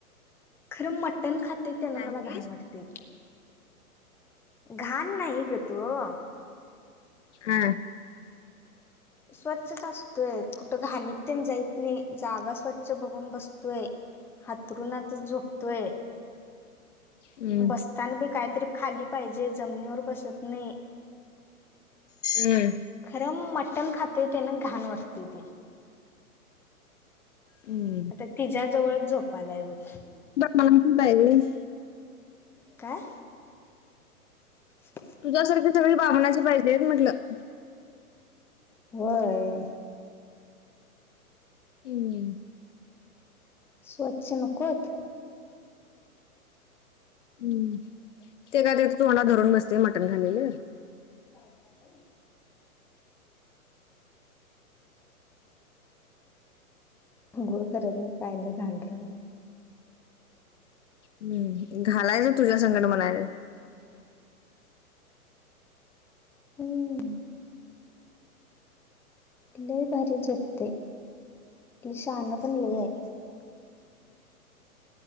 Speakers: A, in the centre; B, on the left.
A: खरं मटण खातंय त्यानं
B: काय
A: मला
B: म्हणलीस
A: घाण वाटतंय. घाण नाई गं तो.
B: हा.
A: स्वच्छच असतोय, कुठं घाणीत तेन जाईत नाई जागा स्वच्छ बघून बसतोय. हातरूनातच झोपतोय.
B: हम्म,
A: बस तान बी काहीतरी खाली पाहिजे, जमिनीवर बसत नई.
B: हम्म.
A: खरं मटण खातंय, त्यानं घाण वाटतेय ते.
B: हम्म.
A: आता तिच्या जवळच झोपायलाय बग
B: <unintelligible> <unintelligible>
A: काय? <inaudible>
B: तुझ्यासारखी सगळी बामनाची पाहिजेत म्हटलं
A: होय
B: हम्म
A: स्वच्छ नकत
B: हम्म ते काय ते तुम्हाला धरून बसते मटण खालेलं
A: णार गुळ करत मी काय नाही घांटलं म
B: हम्म घालायचं तुझ्या संकट म्हणायच
A: हम्म लय भारी झोपते शान पण लय आहे